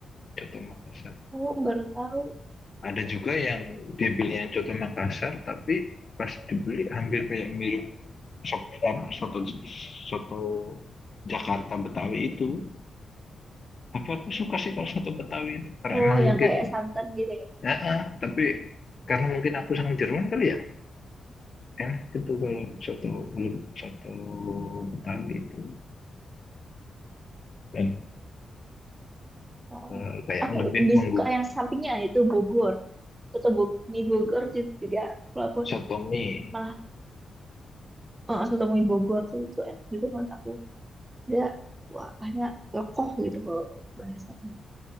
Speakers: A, on the left (about 40°); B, on the right (about 20°).
A: soto Makassar
B: oh baru tahu.
A: ada juga yang dia beli yang contoh Makassar tapi pas dibeli hampir kayak mirip sop, apa, soto soto Jakarta Betawi itu tapi aku suka sih kalau soto Betawi itu karena
B: Oh,
A: emang
B: yang
A: mungkin
B: kayak santan gitu ya.
A: ya ah, tapi karena mungkin aku sang Jerman kali ya enak gitu kalau soto soto Betawi itu dan
B: Oh,
A: eh, kayak
B: aku
A: lebih
B: lebih
A: menggu
B: suka yang sampingnya itu Bogor. Soto Bog mie Bogor itu juga walaupun
A: soto mie
B: malah eh, soto mie Bogor tuh itu enak gitu menurut aku. Dia wah, banyak lekoh gitu kalau bahasanya.